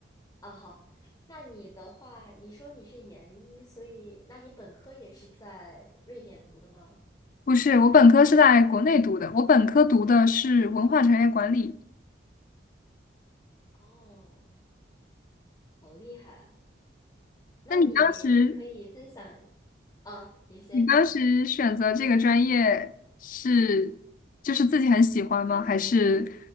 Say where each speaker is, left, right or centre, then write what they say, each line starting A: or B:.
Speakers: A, on the left; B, on the left.
A: 啊，好，那你的话，你说你是研一，所以，那你本科也是在瑞典读的吗？
B: 不是，我本科是在国内读的，我本科读的是文化产业管理。
A: 哦，好厉害啊！那你可以分享，
B: 那你当时，
A: 啊，你先说。
B: 你当时选择这个专业是，就是自己很喜欢吗？还是